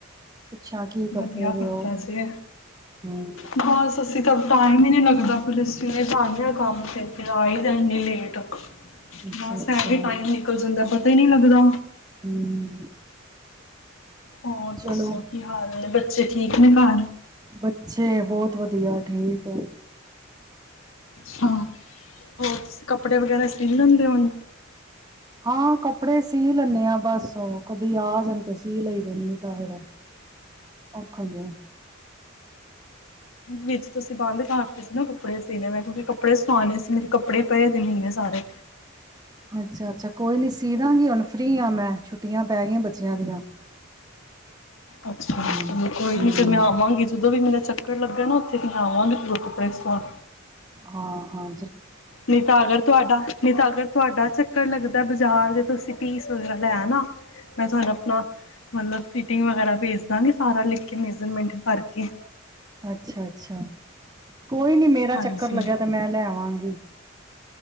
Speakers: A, on the right (about 20°); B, on the left (about 80°).
A: ਪੁੱਛਾਂ ਕੀ ਕਰਦੇ
B: ਵਧੀਆ
A: ਪਏ
B: ਕੀਤਾ
A: ਓ?
B: ਸੀ
A: ਹੂੰ।
B: ਬਸ ਅਸੀ ਤ ਟਾਈਮ ਹੀ ਨਹੀਂੀ ਲੱਗਦਾ, ਪੁਲਿ ਤਾਂ ਕੰਮ ਆਈ ਦਾ ਇੰਨੀ ਲੇਟ ਬਸ,
A: ਅੱਛਾ-ਅੱਛਾ,
B: ਐਵੇਂ ਟਾਈਮ ਨਿਕਲ ਜਾਂਦਾ ਪਤਾ ਹੀ ਨਹੀਂੀ ਲੱਗਦਾ
A: ਹੂੰ
B: ਹੋਰ
A: ਚਲੋ
B: ਦੱਸੋ ਕੀ ਹਾਲ ਨੇ ਬੱਚੇ ਠੀਕ ਨੇ ਘਰ
A: ਬੱਚੇ ਬਹੁਤ ਵਧੀਆ ਠੀਕ ਹੈ
B: ਅੱਛਾ ਹੋਰ ਤੁਸੀਂ ਕੱਪੜੇ ਵਗੈਰਾ ਸੀਲ <unintelligible>
A: ਹਾਂ ਕੱਪੜੇ ਸੀ ਲੈਂਨੈ ਆਾਂ, ਬਸ ਉਹ ਕਦੀ ਆ ਜਾਣ ਤੇ ਸੀ ਲਈ ਦੇਦੀ ਤਾਂ ਫਿਰ ਔਖਾ ਈ ਆ
B: ਵਿੱਚ ਤੁਸੀਂ ਬੰਦ ਕਰ ਤੇ ਸੀ, ਨਾ ਕੱਪੜੇ ਸ ਸੀਣੇ ਮੈਂ ਕਿਉਂਕਿ ਕੱਪੜੇ ਸਵਾਣੇ ਸੀ, ਮੇਰੇ ਕੱਪੜੇ ਪਾਏ ਦੇ ਨਹੀਂ ਇਨੇ ਸਾਰੇ
A: ਅੱਛਾ ਅੱਛਾ, ਕੋਈ ਨੀ ਸੀਦਾਂਗੀ ਹੁਣ ਫ੍ਰਰੀ ਆ ਮੈਂ, ਛੁੱਟੀਆਂ ਪੈ ਗਈਆਂ ਬੱਚਿਆਂ ਦੀਆਂ
B: ਅੱਛਾ,
A: ਹੂੰ-ਹੂੰ,
B: ਚਲੋ ਕੋਈ ਨੀ ਫੇਰ, ਮੈਂ ਆਵਾਂਗੀ ਜਦੋਂ ਵੀ ਮੇਰਾ ਜ ਚੱਕਰ ਲੱਗਾ ਨਾ, ਉੱਥੇ ਤੇ ਆਵਾਂਗੀ ਜਰੂਰ ਕੱਪੜੇ ਸਵਾ
A: ਹਾਂ ਹਾਂ
B: ਨਈ ਤਾਂ ਅਗਰ ਤੁਹਾਡਾ ਨਹੀਂ ਤਾਂ, ਅਗਰ ਤੁਹਾਡਾ ਚੱਕਰ ਲੱਗਦਾ ਬਾਜ਼ਾਰ ਦੇ ਤੁਸੀਂ ਪੀਸ ਵਗੈਰਾ ਲੈ ਆਣਾ, ਮੈਂ ਤੁਹਾਨੂੰ ਆਪਣਾ ਮਤਲਬ ਫਿਟਿੰਗ ਵਗੈਰਾ ਭੇਜ ਦਵਾਂਗੀ, ਸਾਰਾ ਲਿਖ ਕੇ ਮੇਜਰਮੈਂਟ ਕਰਕੇ
A: ਅੱਛਾ ਅੱਛਾ ਕੋਈ ਨੀ, ਮੇਰਾ
B: ਹਾਂਜੀ
A: ਚੱਕਰ ਲੱਗਿਆ ਤੇ, ਮੈਂ ਲੈ ਆਵਾਂਗੀ